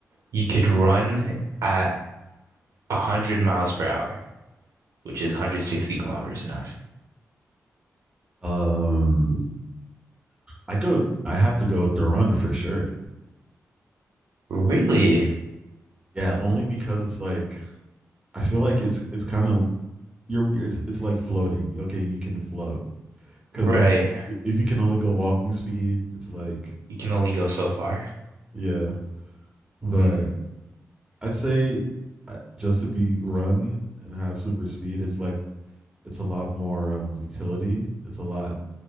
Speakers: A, on the right; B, on the right.
A: you could run at 100 miles per hour, which is 160 kilometers an hour.
B: Um, I go. I have to go with the run for sure.
A: Really?
B: Yeah, only because it's like I feel like it's it's kind of you're you're- it's it's like floating. Okay, you can float because
A: Right.
B: if you if you can only go walking speed, it's like
A: You can only go so far.
B: yeah. But
A: Mm.
B: I'd say uh, just to be run and have super speed, it's like it's a lot more um utility. It's a lot.